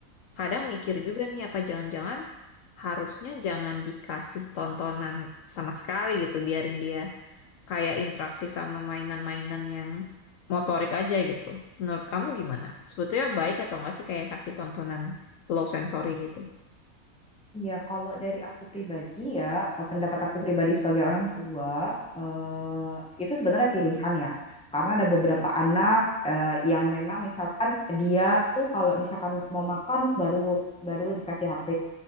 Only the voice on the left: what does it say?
kadang mikir juga nih apa jangan-jangan harusnya jangan dikasih tontonan sama sekali gitu, biarin dia kayak interaksi sama mainan-mainan yang motorik aja gitu. Menurut kamu gimana? Sebetulnya baik atau enggak sih kayak kasih tontonan low sensory gitu?